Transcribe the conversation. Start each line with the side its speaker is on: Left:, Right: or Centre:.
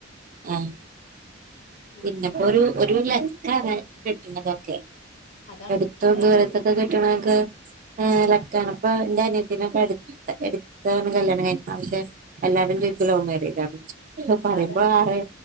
Right: ആഹ്
Left: അതാണ്
Right: പിന്നെപ്പോ ഒരു ഒരു ലക്കാണ് കിട്ടുന്നതൊക്കെ
Left: അതാണ്
Right: എടുത്ത്
Left: അത്രന്നെ
Right: ദൂരത്തൊക്കെ
Left: ഉള്ളു
Right: കിട്ടണക്ക്
Left: ആഹ്
Right: ലക്കാണ് അപ്പൊ ന്റെ അനിയ നെ ഒക്കെ എടു എടുത്താണ് കല്യാണം കഴിഞ്ക്കണേ എല്ലാവരും വിചാര്ക്കും ലവ് മാര്യേജാന്ന് പറയുമ്പോ
Left: അതാണ്
Right: ആറെ